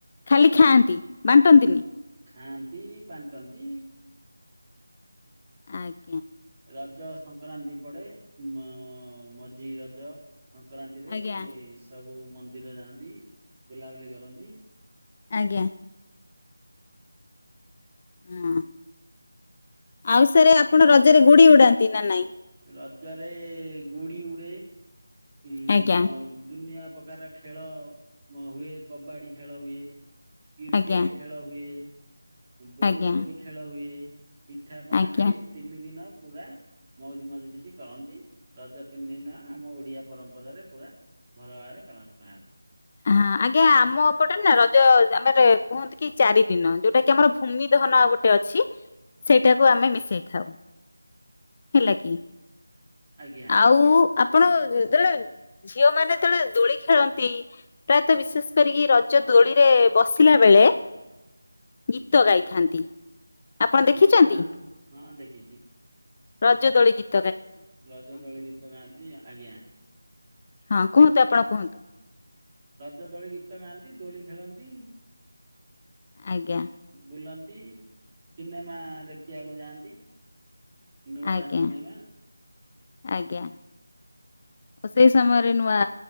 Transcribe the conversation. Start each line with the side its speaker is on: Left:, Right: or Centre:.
Left: ଖାଲି ଖାଆନ୍ତି ବାଣ୍ଟନ୍ତିନି?
Right: ଖାଆନ୍ତି ବାଣ୍ଟନ୍ତି
Left: ଆଙ୍ଗ
Right: ରଜ ସଂକ୍ ସଂକ୍ରାନ୍ତି ପଡେ ମ ମ ମଝି ରଜ। ସଂକ୍ରାନ୍ତିରେ
Left: ଆଜ୍ଞା
Right: ସବୁ ସବୁ ମନ୍ଦିର ଯାଆନ୍ତି ବୁଲାବୁଲି କରନ୍ତି
Left: ଆଜ୍ଞା ଓହୋ ଆଉ ସାରେ ଆପଣ ରଜରେ ଗୁଡି ଉଡାନ୍ତି ନା ନାଇଁ
Right: ରଜରେ ଏନ୍ ଗୋଡ଼ି ଉଡ଼େ। ଉ
Left: ଆଜ୍ଞା
Right: ମ ଦୁନିଆ ପ୍ରକାର ଖେଳ ମ ହୁଏ କବାଡି ଖେଳ ହୁଏ। କ୍ରିକେଟ
Left: ଆଜ୍ଞା
Right: ଖେଳ ହୁଏ। ବହୁଉଚୋରି
Left: ଆଜ୍ଞା
Right: ଖେଳ ହୁଏ। ପିଠାପଣା
Left: ଆଜ୍ଞା।
Right: ଖାଇ ତିନି ଦିନ ପୁରା ମଉଜ ମଜଲି ସି କରନ୍ତି ରଜ ତିନି ଦିନ ଆମ ଓଡିଆ। ପରମ୍ପରାରେ ପୁରା ଭଲ ଭାବରେ ପାଳନ କରା ହୁଏ।
Left: ହଁ ଆଜ୍ଞା ଆମ ଅପଟେ ନା ରଜ ଆମେ କୁହନ୍ତି କି ଚାରି ଦିନ ଯୋଉଟା କି ଆମର ଭୂମି ଦହନ ଆଉ ଗୋଟେ ଅଛି। ସେଇଟାକୁ ଆମେ ମିଶେଇଥାଉ ହେଲା କି।
Right: ଆଜ୍ଞା
Left: ଆଉ ଆପ ଆପଣ ଯେତେବେଳେ ଝିଅ ମାନେ ଯେତେବେଳେ ଦୋଳି ଖେଳନ୍ତି ପ୍ରାୟତଃ ବିଶେଷ କରିକି ରଜ ଦୋଳିରେ ବସିଲା ବେଳେ ଗୀତ ଗାଇଥାନ୍ତି। ଆପଣ ଦେଖିଛନ୍ତି
Right: ଗୀତ ଗାଆନ୍ତି ହଁ ଦେଖ କିଛି।
Left: ରଜ ଦୋଳିଗୀତ
Right: ରଜ ଦୋଳି ଗୀତ ଗାଆନ୍ତି ଆଜ୍ଞା।
Left: ହଁ କୁହନ୍ତୁ ଆପଣ କୁହନ୍ତୁ?
Right: ରଜ ଦୋଳି ଗୀତ ଗାଆନ୍ତି ଦୋଳି ଖେଳନ୍ତି।
Left: ଆଜ୍ଞା
Right: ବୋଲନ୍ ସେଇ ସିନେମା ଦେଖିବାକୁ ଯାଆନ୍ତି। ନୂଆ
Left: ଆଜ୍ଞା
Right: ସିନେମା‌।
Left: ଆଜ୍ଞା ଓ ସେଇ ସମୟରେ ନୂଆ